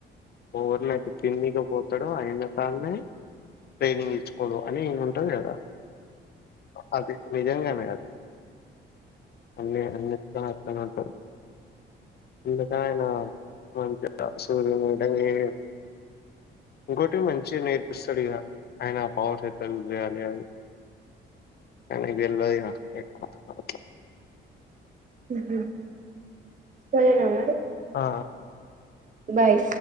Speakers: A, on the left; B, on the right.
A: ఓరినైతే పిన్నిగా పోతాడుో అయిన కానే ట్రైనింగ్ ఇచ్చకదు అని ఎ జదా అది నిజంగానే అది అన్ని అన్ని తట అందుకని ఆయన మంచిగా సూర్యయట ఏ ఇంకోొటి మంచిగా నేర్పిస్తాడు ఇక ఆయన ఆ పవర్స్తలు చేయాలి అది కానీ వెల్దు ఇ ఎక్కువ అ
B: హ సరనా మరి
A: ఆ
B: బాయ్